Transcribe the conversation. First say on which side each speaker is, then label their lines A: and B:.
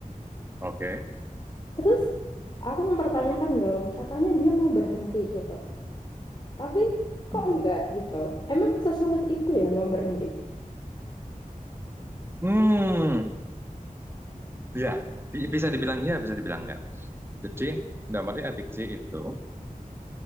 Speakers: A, on the right; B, on the left.
A: Oke.
B: Terus aku mempertanyakan dong, katanya dia mau berhenti gitu. Tapi kok
A: Mm-mm.
B: enggak gitu? Emang sesulit itu ya mau berhenti?
A: Hmm, Hmm. ya, Bi- bisa dibilang ya, bisa dibilang enggak. Jadi, dalam arti adiksi itu,